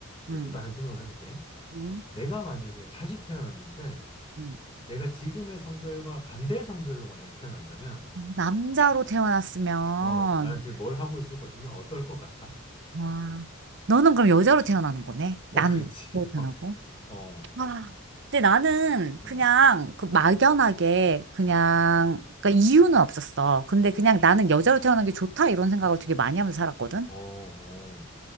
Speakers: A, on the left (about 25°); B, on the right (about 55°).
A: 내가
B: 응,
A: 또 다른 질문 하나 해볼게.
B: 응,
A: 내가 만약에 다시 태어났는데
B: 응.
A: 내가 지금의 성별과 반대 성별로 만약에 태어난다면
B: 남자로 태어났으면,
A: 어, 난 지금 뭘 하고 있을 것이며 어떨 것 같아?
B: 와, 너는 그럼 여자로 태어나는 거네? 난
A: 어, 그렇지.
B: 여자로
A: <laughs>
B: 태어나고.
A: 어, 어,
B: 아, 근데 나는
A: 응,
B: 그냥 그 막연하게 그냥
A: 응,
B: 그러니까 이유는 없었어. 근데
A: 응.
B: 그냥 나는 여자로 태어난 게 좋다 이런 생각을 되게 많이 하면서 살았거든.
A: 어, 어.